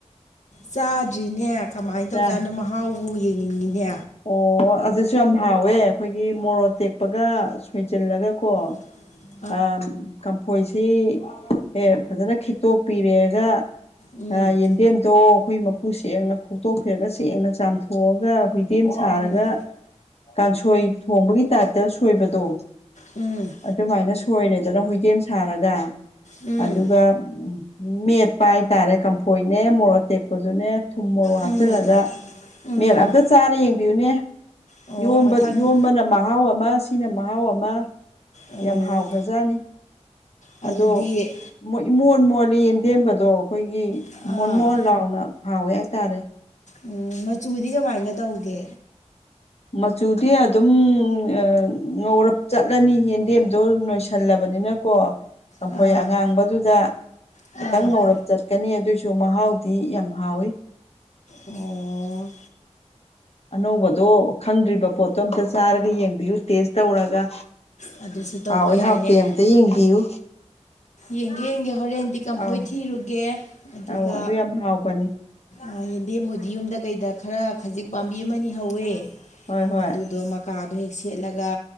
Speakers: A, on the left; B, on the left.
A: ꯆꯥꯗ꯭ꯔꯤꯅꯦ ꯀꯃꯥꯏ
B: ꯆꯥꯏ
A: ꯇꯧꯖꯥꯠꯅꯣ ꯃꯍꯥꯎꯕꯨ ꯌꯦꯡꯅꯤꯡꯉꯤꯅꯦ
B: ꯑꯣ ꯑꯗꯨꯁꯨ ꯌꯥꯝ ꯍꯥꯎꯋꯦ ꯑꯩꯈꯣꯏꯒꯤ ꯃꯣꯔꯣꯛ ꯑꯇꯦꯛꯄꯒ ꯁꯣꯏꯖꯜꯂꯒ ꯀꯣ
A: <inaudible>
B: ꯑꯥ ꯀꯝꯐꯣꯏꯁꯤ ꯑꯦ ꯐꯖꯅ ꯈꯤꯛꯇꯣꯛꯄꯤꯔꯦꯒ
A: ꯎꯝ
B: ꯑꯥ ꯌꯦꯟꯗꯦꯝꯗꯣ ꯑꯈꯣꯏ ꯃꯀꯨ ꯁꯦꯡꯅ ꯈꯣꯛꯇꯣꯛꯄꯤꯔꯒ ꯁꯦꯡꯅ ꯆꯥꯝꯊꯣꯛꯑꯒ ꯁꯥꯔꯒ
A: ꯎꯝ
B: ꯀꯥꯡꯁꯣꯏ ꯊꯣꯡꯕꯒꯤ ꯇꯥꯏꯞꯇ ꯁꯣꯏꯕꯗꯣ
A: ꯎꯝ
B: ꯑꯗꯨꯃꯥꯏꯅ ꯁꯣꯏꯔꯦꯗꯅ ꯍꯨꯏꯇꯦꯝ ꯁꯥꯔꯒ
A: ꯎꯝ
B: ꯑꯗꯨꯒ ꯃꯦꯠꯄ ꯍꯥꯏꯇꯥꯔꯦ ꯀꯝ ꯐꯣꯏꯅꯦ ꯃꯣꯔꯣꯛ ꯑꯇꯦꯛꯄꯗꯨꯅꯦ ꯊꯨꯝ ꯃꯣꯔꯣꯛ
A: ꯎꯝ
B: ꯍꯥꯞꯆꯤꯜꯂꯒ
A: ꯎꯝ
B: ꯃꯦꯠ ꯑꯝꯇ ꯆꯥꯔ ꯌꯦꯡꯕꯤꯌꯨꯅꯦ
A: ꯑꯣ
B: ꯌꯣꯝꯕ
A: ꯃꯊꯪ
B: ꯌꯣꯝꯕꯅ ꯃꯍꯥꯎ ꯑꯃ ꯁꯤꯅ ꯃꯍꯥꯎ ꯑꯃ
A: ꯑꯣ
B: ꯌꯥꯝ ꯍꯥꯎꯈ꯭ꯔꯖꯥꯠꯅꯤ
A: ꯑꯗꯨꯗꯤ
B: ꯑꯗꯣ ꯃꯣ ꯏꯃꯣꯟ ꯃꯣꯜꯂꯤ ꯌꯦꯟꯗꯦꯝꯒꯗꯣ ꯑꯩꯈꯣꯏꯒꯤ
A: ꯑꯥ
B: ꯃꯣꯟ ꯃꯣꯟ ꯂꯥꯎꯅ ꯍꯥꯎꯋꯦ ꯍꯥꯏꯇꯥꯔꯦ
A: ꯎꯝ ꯃꯆꯨꯗꯤ ꯀꯃꯥꯏꯅ ꯇꯧꯒꯦ
B: ꯃꯆꯨꯗꯤ ꯑꯗꯨꯝ ꯑ ꯉꯧꯔꯞ ꯆꯠꯂꯅꯤ ꯌꯦꯟꯗꯦꯝꯗꯣ ꯅꯣꯏꯁꯜꯂꯕꯅꯤꯅ ꯀꯣ ꯀꯝꯐꯣꯏ
A: ꯑꯥ
B: ꯑꯉꯥꯡꯕꯗꯨꯗ
A: ꯑꯥ
B: ꯈꯤꯇꯪ ꯉꯧꯔꯞ ꯆꯠꯀꯅꯤ ꯑꯗꯨꯑꯣꯏꯁꯨ ꯃꯍꯥꯎꯗꯤ ꯌꯥꯝ ꯍꯥꯎꯋꯤ
A: ꯑꯣ
B: ꯑꯅꯧꯕꯗꯣ ꯈꯪꯗ꯭ꯔꯤꯕ ꯄꯣꯠꯇꯣ ꯑꯝꯇ ꯆꯥꯔꯒ ꯌꯦꯡꯕꯤꯌꯨ ꯇꯦꯁ ꯇꯧꯔꯒ
A: ꯑꯗꯨꯁꯨ ꯇꯧꯕ
B: ꯍꯥꯎꯋꯤ
A: ꯌꯥꯏꯅꯦ
B: ꯍꯥꯎꯇꯦ ꯑꯝꯇ ꯌꯦꯡꯕꯤꯌꯨ
A: ꯌꯦꯡꯒꯦ ꯌꯦꯡꯒꯦ ꯍꯣꯔꯦꯟꯗꯤ ꯀꯝꯐꯣꯏ
B: ꯑꯧ
A: ꯊꯤꯔꯨꯒꯦ ꯑꯗꯨꯒ
B: ꯑꯧ ꯑꯗꯨ ꯌꯥꯝ ꯍꯥꯎꯕꯅꯤ
A: ꯑ ꯌꯦꯟꯗꯦꯝꯕꯨꯗꯤ ꯌꯨꯝꯗ ꯀꯩꯗ ꯈꯔ ꯈꯖꯤꯛ ꯄꯥꯝꯕꯤ ꯑꯃꯅꯤ ꯍꯧꯋꯦ
B: ꯍꯣꯏ ꯍꯣꯏ
A: ꯑꯗꯨꯗꯣ ꯃꯀꯥꯗꯣ ꯍꯦꯛ ꯁꯦꯠꯂꯒ